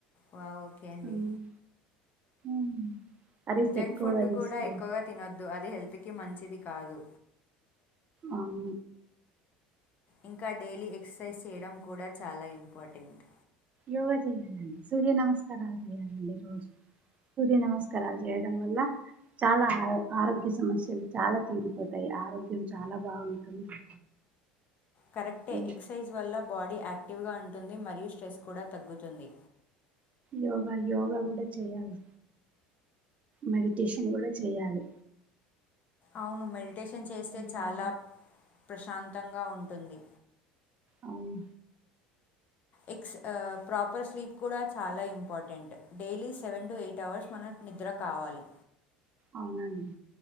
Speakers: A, on the left (about 45°); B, on the right (about 35°).
A: వా ఓకే అండి
B: ఉమ్. ఉమ్. కర్రీస్
A: జంక్
B: ఎక్కువగా
A: ఫుడ్
B: తీసుకోవాలి
A: కూడా ఎక్కువగా తినొద్దు అది హెల్త్కిి మంచిది కాదు
B: అవు
A: ఇంకా డైలీ ఎక్సర్సైజ్ చేయడం కూడా చాలా ఇంపార్టెంట్
B: యోగా చేయాలండి సూర్య నమస్కారాలు చేయాలండి రోజు సూర్య నమస్కారాలు చేయడం వల్ల చాలా ఆ ఆరోగ్య సమస్యలు చాలా తీరిపోతాయి ఆరోగ్యం చాలా బాగుంటుంది
A: కరెక్టే
B: ఉమ్.
A: ఎక్ససైజ్ వల్ల బాడీ యాక్టి్ యాక్టివ్గా ఉంటుంది మరియు స్ట్రెస్ కూడా తగ్గుతుంది
B: యోగా యోగా కూడా చేయాలి మెడిటేషన్ కూడా చెయాలి
A: అవును మెడిటేషన్ చేస్తే
B: వల్ల
A: చాలా ప్రశాంతంగా ఉంటుంది
B: అవును
A: ఎక్స్ ప్రాపర్ స్లీప్ కూడా చాలా important daily seven to eight hours మన నిద్ర కావాలి
B: అవునండి